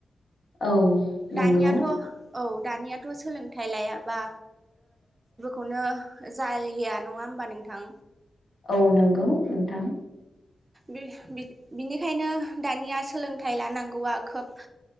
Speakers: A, on the left; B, on the right.
A: औ नंगौ।
B: दानियाथ' औ दानियाथ' सोलोंथाइ लायाबा नों जाय गैया नङा हबा नोंथां?
A: औ नंगौ नोंथां।
B: बिनिखायनो दानिया सोलोंथाइ लानांगौआ खोब